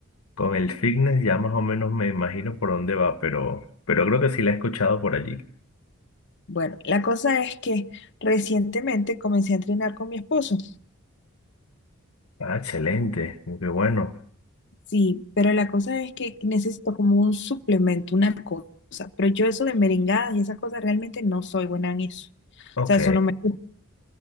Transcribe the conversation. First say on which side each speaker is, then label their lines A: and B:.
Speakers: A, on the left; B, on the left.
A: con el fitness ya más o menos me imagino por dónde va, pero, pero creo que sí la he escuchado por allí.
B: Bueno, la cosa es que recientemente comencé a entrenar con mi esposo.
A: Ah, excelente, qué bueno.
B: Sí, pero la cosa es que necesito como un suplemento, una cosa. Pero yo eso de merengadas y esas cosas realmente no soy buena en eso. O
A: Ok.
B: sea, eso no me gusta.